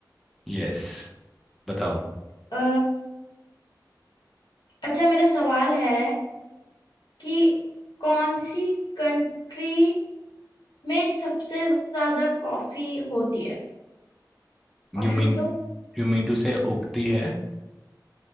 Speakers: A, in the centre; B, on the left.
A: यस बताओ
B: अ, अच्छा मेरा सवाल है कि कौन सी कंट्री में सबसे ज्यादा कॉफी होती है ऑप्शन
A: You mean
B: दो
A: you mean to से उगती है